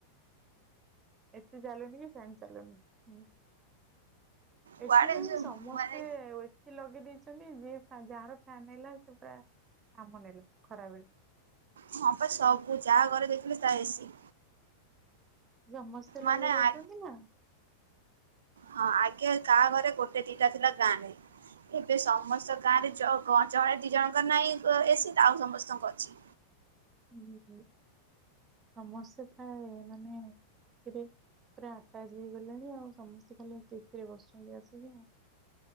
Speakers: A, on the right; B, on the right.
A: ଏତେ ଜାଲଲେଣୀ ବି ଫ୍ୟାନ ଚାଲନି ହୁଁ।
B: କୁଆଡେ
A: ଏଠି ପାଇଁ
B: ଯୋଉ
A: ଉୁଁ ସମସ୍ତେ
B: ମାନେ
A: ଏସି ଲଗେଇ ଦେଇ ଚାନ୍ତି ଯିଏ ଫ୍ୟା ଯାହାର ଫ୍ୟାନେଲା ସେପୁରା ନାମ ନେଲା ଖରାବେଳେ।
B: ହଁ ପା ସବୁ ଯା ଘରେ ଦେଖିନୁ ତା ଏସି
A: ଜମସ୍ତେ ଲଗେଇ
B: ମାନେ
A: ଦଉଛନ୍ତି
B: ଆ
A: ନା।
B: ହଁ ଆଗେ କାହା ଘରେ ଗୋ ସେ ଦିଇଟା ଥିଲା ଗାଁରେ। ଏବେ ସମସ୍ତ ଗାଁ ରେ ଚ କଣ ଚଣେ ଦି ଜଣଙ୍କ ର ନାହିଁ କ ଏସି ତାଉ ସମସ୍ତଙ୍କ ଅଛି।
A: <unintelligible> ସମସ୍ତେ ପ୍ରାୟ ମାନେ ଏଠି ପୁରା ଆଟଚ ହେଇଗଲେଣି ଆଉ ସମସ୍ତେ ଖାଲି ଏସି ରେ ବସୁଛନ୍ତି ଆସିକି।